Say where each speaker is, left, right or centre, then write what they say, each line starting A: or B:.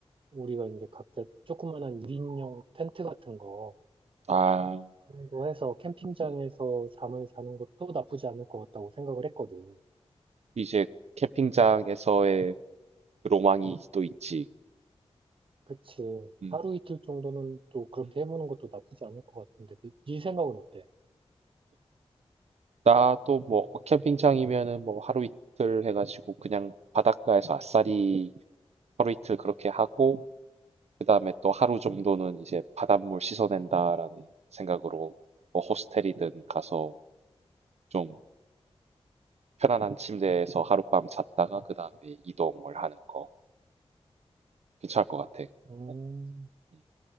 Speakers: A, on the right; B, on the right.
A: 우리가 이제 각자 조그만한 1인용 텐트 같은 거,
B: 아.
A: 그런 거 해서 캠핑장에서
B: 음.
A: 잠을 자는 것도 나쁘지 않을 것 같다고 생각을 했거든.
B: 이제 캠핑장에서의 로망이 또 있지.
A: 그치.
B: 음.
A: 하루 이틀 정도는 또 그렇게
B: 음.
A: 해보는 것도 나쁘지 않을 것 같은데, 너- 네 생각은 어때?
B: 나도 뭐 캠핑장이면은 뭐 하루 이틀 해가지고 그냥 바닷가에서 아싸리 하루 이틀 그렇게 하고 그다음에 또 하루 정도는 이제 바닷물 씻어낸다라는 생각으로 뭐 호스텔이든 가서 좀 편안한 침대에서 하룻밤 잤다가 그다음에 이동을 하는 거 괜찮을 것 같아.
A: 음,
B: 어, 음,